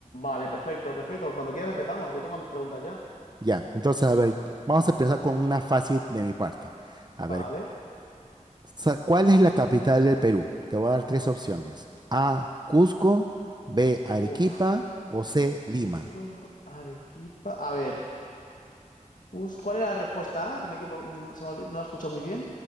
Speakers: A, on the left; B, on the right.
A: Vale, perfecto, perfecto. Cuando quieras empezamos. Yo tengo mis preguntas ya.
B: Ya, entonces, a ver, vamos a empezar con una fácil de mi parte. A
A: Vale.
B: ver, sa- ¿cuál es la capital del Perú? Te voy a dar tres opciones. A, Cusco, B, Arequipa
A: Uf.
B: o C, Lima.
A: Cusco, Arequipa. A ver, Cus- ¿cuál era la respuesta A? Que me equivo- no, se me olvi- no la he escuchado muy bien.